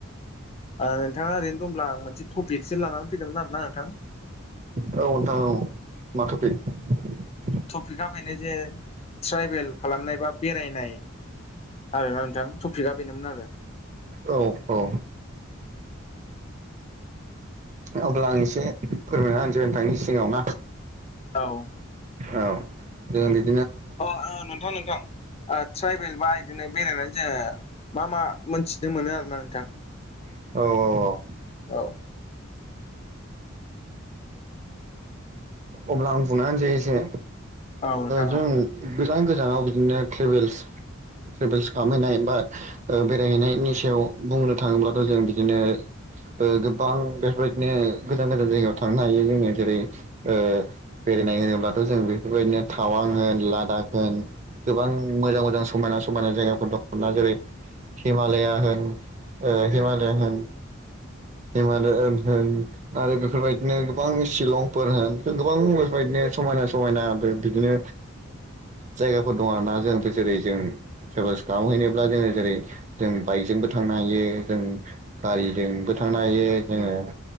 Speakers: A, on the left; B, on the right.
A: नोंथाङा ओरैनो दंब्ला आं मोनसे टपिकसो लानानै फैदोंमोन आरोना नोंथां
B: औ नोंथां औ मा थपिक
A: टपिका बेनो जे ट्राइभेल खालामनाय बा बेरायनाय आरोना नोंथां टपिका बेनोमोन आरो
B: औ - औ अब्ला आं एसे फोरमायना होनसै नोंथांनि सिगाङाव ना
A: औ
B: औ जों बिदि
A: अ नोंथां नोंथां ट्राइबेल बा बिदिनो बेरायनानै जोङो मा मा मोनथिनो मोनो आरोना नोंथां
B: औ -औ -औ
A: औ
B: अब्ला आं बुंनानै जायो जे
A: औ नोंथां
B: जों गोजान गोजानाव बिदिनो ट्रेभेल्स ट्रेभेल्स खालामहैनाय बा बेरायहैनायनि सायाव बुंनो थाङोब्लाथ' जों बिदिनो गोबां बेफोरबायदिनो गोजान- गोजान जायगायाव थांनो हायो जोङो जेरै बेरायनाय होनोब्लाथ' जों बेफोरबायदिनो थावां होन लादाख होन गोबां मोजां- मोजां समायना -समायना जायगा दा जेरै हिमालया होन हिमालयान होन हिमालयान होन आरो बेफोरबायदिनो गोबां शिलंफोर होन गोबां बेफोर बिदिनो समायना- समायना बे बिदिनो जायगाफोर दं आरोना जों जेरै जों ट्रेभेलस खालाम हैनोब्ला जोङो जेरै जों बाइकजोंबो थांनो हायो जों गारिजोंबो थांनो हायो जोङो